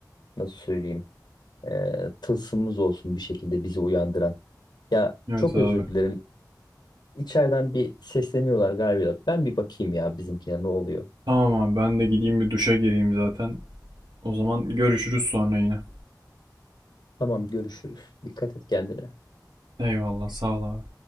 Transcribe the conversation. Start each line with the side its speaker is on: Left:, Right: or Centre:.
Left: Nasıl söyleyeyim? e, tılsımımız olsun bir şekilde bizi uyandıran. Ya
Right: Evet
Left: çok
Right: abi.
Left: özür dilerim. İçeriden bir sesleniyorlar galiba. Ben bir bakayım ya bizimkine ne oluyor.
Right: Tamam abi ben de gideyim bir duşa gireyim zaten. O zaman görüşürüz sonra yine.
Left: Tamam görüşürüz. Dikkat et kendine.
Right: Eyvallah sağ ol abi.